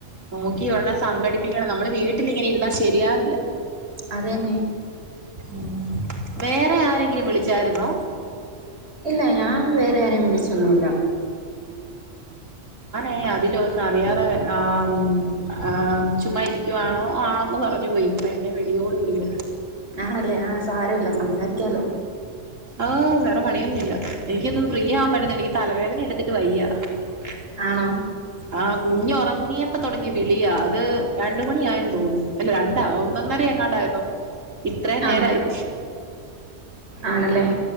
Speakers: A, on the right; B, on the right.
A: നോക്കി ഉനെ സംഘടിപ്പിക്കണം നമ്മുടെ വീട്ടിലിങ്ങനെ ഇരുന്നാ ശരിയാവില്ല
B: അത് തന്നെ
A: ഉം വേറെ ആരെങ്കിലും വിളിച്ചാരുന്നോ
B: ഇല്ല ഞാൻ വേറെ ആരേം വിളിച്ചൊന്നും ഇല്ല
A: ഏ അതിലൊ ന്ന് അറിയാതെ ആഹ് മ് ആ ചുമ്മാ ഇരിക്കുവാണോ ആണന്ന് പറഞ്ഞു പോയി ഇപ്പ എന്നെ വിളി യോട് വിളിയാ
B: ആണല്ലേ ആ സാര ഇല്ല സംസാരിക്കാലോ
A: ആഹ് വേറെ പണിയൊന്നു ഇല്ല എനിക്കൊന്നും ഫ്രീ ആവാൻ പറ്റില്ല എനിക്ക് തലവേദന എടുത്തിട്ട് വയ്യ അ
B: ആണോ
A: ആഹ് കുഞ്ഞ് ഒറങ്ങിയപ്പ തൊടങ്ങിയ വിളിയാ അത് രണ്ട് മണിയായെന്നു തോന്നുന്നു അല്ല രണ്ടാ ഒന്ന് ഒന്നരയാ എങ്ങാണ്ടായപ്പോ ഇത്രയും നേരായി
B: ആ ആണല്ലേ